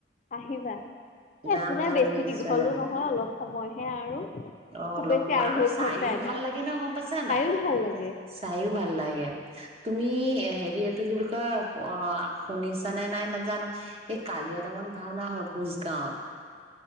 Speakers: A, on the left; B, on the right.
A: আহিবা এ,
B: যাম
A: একো নাই
B: যাম
A: বেছি
B: নিশ্চয়
A: দীঘলো
B: যাম
A: নহয় অলপ সময়হে আৰু
B: অ
A: খুব
B: অলপ
A: বেছি
B: সমম
A: আঢ়ৈ
B: আৰু চাইও
A: ঘন্টা এটা
B: ভাল লাগে ন গম পাইছা
A: চাইও
B: নাই
A: ভাল লাগে
B: চাইও ভাল লাগে তুমি হেৰি এইটো কি বুলি কয় অ শুনিছানে নাই নাজানো এই কালিয় দমন ভাওনা হয় কোচ গাঁৱত